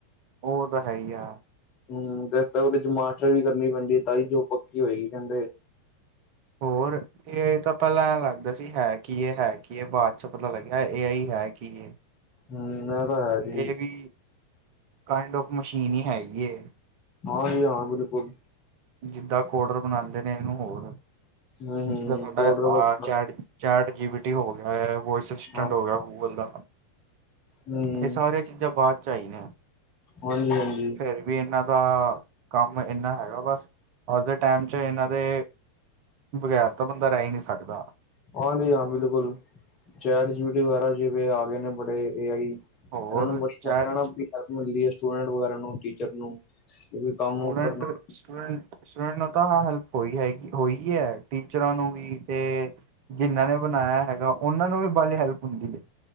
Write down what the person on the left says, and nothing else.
ਹਮ ਤੇ ਉਹਦੇ ਚ ਮਾਸਟਰ ਵੀ ਕਰਨੀ ਪੈਂਦੀ ਏ। ਤਾਈ ਜੋਬ ਪੱਕੀ ਹੋਏਗੀ ਕਹਿੰਦੇ।
ਹਮ ਇਹ ਤਾਂ ਹੈ। ਜੀ
ਹਾਂਜੀ ਹਾਂ ਬਿਲਕੁਲ
<inaudible>
ਕੋਡਰ ਵਗੈਰਾ
ਹਾਂ
ਹਾਂ
ਹਮ।
ਹਾਂਜੀ-ਹਾਂਜੀ।
ਹਾਂਜੀ ਹਾਂ ਬਿਲਕੁਲ ਚੈਟ ਜੀ ਬੀ ਵਗੈਰਾ ਜਿਵੇ ਆ ਗਏ ਨੇ ਬੜੇ ਏ ਆਈ ਇਹਨਾ
ਨੂੰ <unintelligible>
ਹੈਲਪ ਮਿਲਦੀ ਏ ਸਟੂਡੈਂਟ ਵਗੈਰਾ ਨੂੰ ਟੀਚਰ ਨੂੰ ਇਹ ਵੀ ਕੰਮ
ਕਰਨਾ